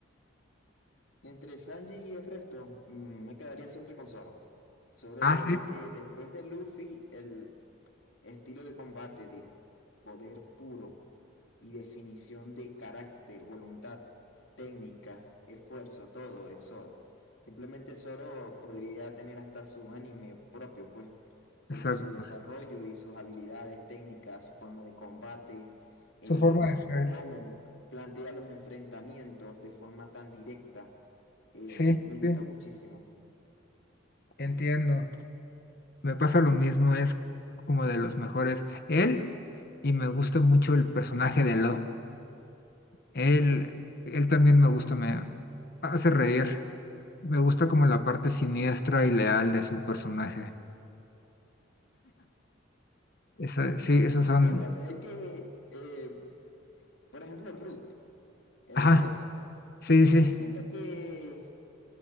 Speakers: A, on the left (about 75°); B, on the left (about 50°).
A: entre Sanji y el resto, mm, me quedaría siempre con Zoro. Zoro
B: Ah,
A: de verdad
B: sí,
A: que después de Luffy, el Estilo de combate de poder puro y definición de carácter, voluntad, técnica, esfuerzo, todo es Zoro. Simplemente Zoro podría tener hasta su anime propio, pues, porque
B: exacto.
A: su desarrollo y sus habilidades técnicas, su forma de combate, eh,
B: Su forma de ser.
A: cómo plantea los enfrentamientos de forma tan directa, eh,
B: Sí,
A: me gusta
B: sí,
A: muchísimo.
B: entiendo. Me pasa lo mismo, es como de los mejores. Él, y me gusta mucho el personaje de Lo. Él, él también me gusta, me hace reír. Me gusta como la parte siniestra y leal de su personaje. Esa, sí, esos son.
A: Bueno, es que, eh, por ejemplo, Brute, el
B: Ajá,
A: de hueso.
B: sí, sí.
A: Yo siento que